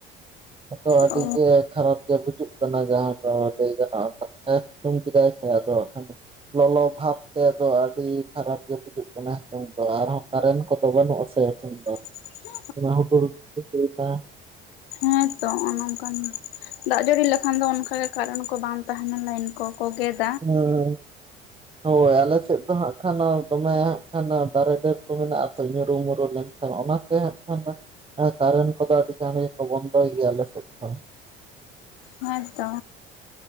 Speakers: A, on the right; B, on the left.
A: ᱟᱫᱚ ᱟᱹᱰᱤ
B: ᱚ
A: ᱜᱮ ᱠᱷᱟᱨᱟᱯ ᱜᱮ ᱵᱩᱡᱩᱜ ᱠᱟᱱᱟ ᱡᱟᱦᱟᱸ ᱫᱚ ᱞᱟᱹᱭ ᱜᱟᱱᱚᱜᱼᱟ <unintelligible> ᱠᱮᱫᱟᱭ ᱥᱮ ᱟᱫᱚ ᱞᱚᱞᱚ ᱵᱷᱟᱵᱽ ᱛᱮᱫᱚ ᱟᱹᱰᱤ ᱠᱷᱟᱨᱟᱯ ᱜᱮ ᱵᱩᱡᱩᱜ ᱠᱟᱱᱟ ᱱᱤᱛᱚᱝ ᱫᱚ ᱟᱨᱦᱚᱸ ᱠᱟᱨᱮᱱᱴ ᱠᱚᱫᱚ ᱵᱟᱹᱱᱩᱜ ᱟᱥᱮ ᱱᱤᱛ ᱫᱚ
B: <inaudible>
A: <unintelligible>
B: ᱦᱮᱸ ᱛᱚ ᱱᱚᱜᱼᱚ ᱱᱚᱝᱠᱟᱱ ᱫᱟᱜ ᱡᱟᱹᱲᱤ ᱞᱮᱠᱷᱟᱱ ᱫᱚ ᱚᱱᱠᱟᱜᱮ ᱠᱟᱨᱮᱱᱴ ᱠᱚ ᱵᱟᱝ ᱛᱟᱦᱮᱸᱱᱟ ᱞᱟᱭᱤᱱ ᱠᱚᱠᱚ ᱜᱮᱫ
A: ᱦᱮᱸ ᱦᱳᱭ ᱟᱞᱮᱥᱮᱫ ᱫᱚ ᱦᱟᱸᱜ ᱠᱷᱟᱱ ᱫᱚᱢᱮ ᱦᱟᱸᱜ ᱠᱷᱟᱱ ᱫᱟᱨᱮ ᱰᱟᱹᱨ ᱠᱚ ᱢᱮᱱᱟᱜᱼᱟ ᱛᱚ ᱧᱩᱨᱩᱢᱩᱨᱩ ᱞᱮᱱᱠᱷᱟᱱ ᱚᱱᱟᱛᱮ ᱦᱟᱸᱜ ᱠᱷᱟᱱ ᱦᱮᱸ ᱠᱟᱨᱮᱱᱴ ᱠᱚᱫᱚ ᱟᱹᱰᱤ ᱜᱟᱱ ᱜᱮᱠᱚ ᱵᱚᱱᱫᱚᱭ ᱜᱮᱭᱟ ᱟᱞᱮ ᱥᱮᱫ ᱫᱚ
B: ᱦᱳᱭ ᱛᱚ